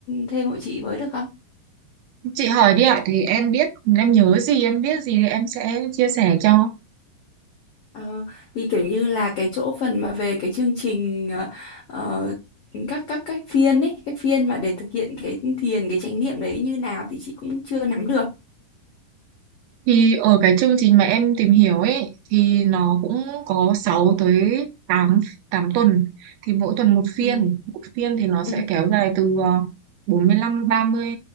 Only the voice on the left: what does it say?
thêm hộ chị với được không?
Ờ, thì kiểu như là cái chỗ phần mà về cái chương trình ờ, ờ, các các các phiên ấy, cái phiên mà để thực hiện cái thiền cái chánh niệm đấy như nào thì chị cũng chưa nắm được.
Ừ
ừ